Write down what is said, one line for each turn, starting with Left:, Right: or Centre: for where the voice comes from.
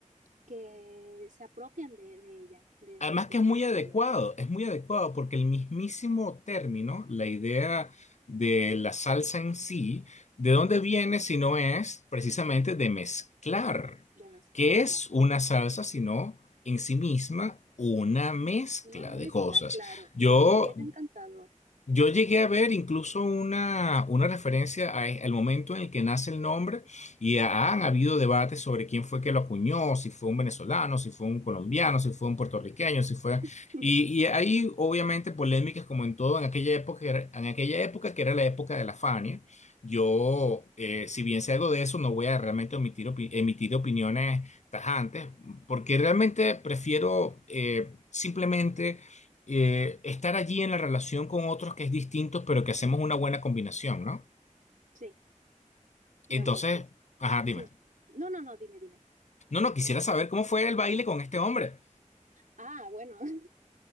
Right: que se apropian de, de ella, de,
Left: Además
Right: de, de
Left: que
Right: ese
Left: es muy
Right: baile.
Left: adecuado, es muy adecuado porque el mismísimo término, la idea de la salsa en sí, ¿de dónde
Right: Mezclar,
Left: viene si no es precisamente de mezclar?
Right: de mezclar,
Left: ¿Qué es
Right: claro.
Left: una salsa sino en sí misma una mezcla
Right: Una mezcla,
Left: de cosas?
Right: claro.
Left: Yo
Right: Y, y era encantador.
Left: yo llegué a ver incluso una, una referencia a- e- al momento en el que nace el nombre y ha- han habido debates sobre quién fue que lo acuñó, si fue un venezolano, si fue un colombiano, si fue un puertorriqueño, si fue...
Right: <laughs>
Left: Y, y hay obviamente polémicas como en todo en aquella época, que era- en aquella época que era la época de la Fania. Yo,
Right: Sí,
Left: eh, si bien sé algo de eso, no voy a realmente omitir opi- emitir opiniones tajantes porque realmente prefiero... eh, simplemente eh, estar allí en la relación con otros que es distinto, pero que hacemos una buena combinación, ¿no?
Right: sí. Bueno,
Left: Entonces,
Right: y-
Left: ajá, dime.
Right: sí. No, no, no, dime, dime.
Left: No, no, quisiera saber cómo fue el baile con este hombre.
Right: Ah, bueno. <laughs>